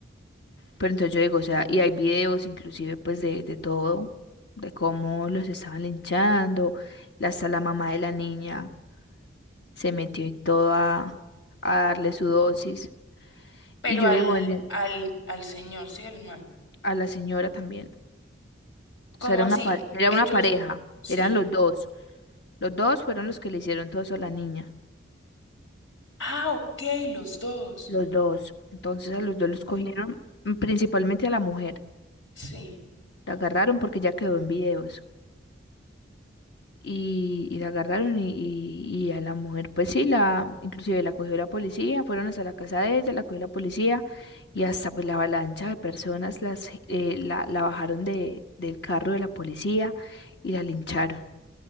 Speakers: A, on the left (about 60°); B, on the left (about 75°).
A: Pero entonces yo digo, o sea, y hay videos inclusive pues de, de todo, de cómo los estaban linchando, la- hasta la mamá de la niña se metió y todo a a darle su dosis.
B: pero
A: Y yo
B: al,
A: digo en el-
B: al, al señor, sí, al man.
A: a la señora también.
B: ¿Cómo
A: O sea, era
B: así?
A: una, par- era
B: Ellos,
A: una pareja,
B: sí.
A: eran los dos. Los dos fueron los que le hicieron todo eso a la niña.
B: Ah, ok, los dos.
A: Los dos. Entonces a los dos los cogieron, mm, principalmente a la mujer.
B: Sí,
A: La agarraron porque ya quedó en videos. Y, y la agarraron y, y, y a la mujer, pues sí, la, inclusive la cogió la policía, fueron hasta la casa de ella, la cogió la policía y hasta pues la avalancha de personas las, eh, la, la bajaron de, del carro de la policía y la lincharon.